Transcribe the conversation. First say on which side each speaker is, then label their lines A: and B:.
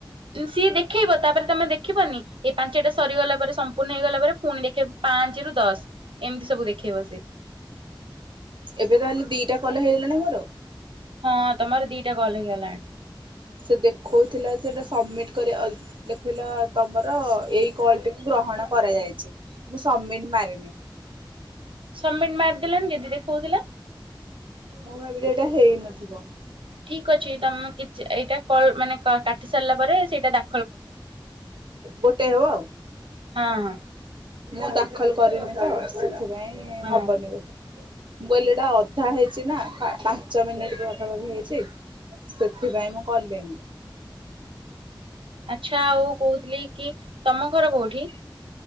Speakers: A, on the right (about 90°); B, on the right (about 65°).
A: ସିଏ ଦେଖେଇବ ତାପରେ ତମେ ଦେଖିବନି ଏଇ ପାଞ୍ଚଟା ସରିଗଲା ପରେ ସମ୍ପୂର୍ଣ୍ଣ ହେଇଗଲା ପରେ ଫୁଣି ଦେଖେଇବ ପା ପାଞ୍ଚେରେ ରୁ ଦଶ ଏମିତି ସବୁ ଦେଖେଇବ ସେ।
B: ଏବେ ତାହେଲେ ଦିଟା କଲ ହେଇଗଲାଣି ମୋର
A: ହଁ ତମର ଦିଟା କଲ ହେଇଗଲାଣି।
B: ସେ ଦେଖଉଥିଲା ସେଟା ସମିଟ କରିଆ ଲେଖଲା ତମର କଲ ଟିକୁ ଗ୍ରହଣ କରାଯାଇଛି ମୁଁ ସବମିଟ ମାରିନି।
A: ସମିଟ ମାରିଦେଲନି ଯଦି ଦେଖଉଥିଲା।
B: ମୁଁ ଭାବିଲି ଏଇଟା ହେଇନଥିବ।
A: ଠିକ୍ ଅଛି ତମେ କିଛି ଏଇଟା-କ-ମାନେ କାଟି ସାରିଲା ପରେ ସେଇଟା ଡା
B: ଗୋଟେ ହବ ଆଉ।
A: ହଁ ହଁ
B: ମୁଁ ଦାଖଲ କରିନି ତ ସେଥିପାଇଁ
A: ହଁ
B: ହବନି ବୋ ମୁଁ କହିଲି ଏଇଟା ଅଧା ହେଇଛି ନା। ପାଞ୍ଚ ମିନିଟ ପାଖାପାଖି ହେଇଛି ସେଥିପାଇଁ ମୁଁ କଲିନି। <inaudible>
A: ଆଚ୍ଛା ଆଉ କହୁଥିଲି କି ତମ ଘର କୋଉଠି?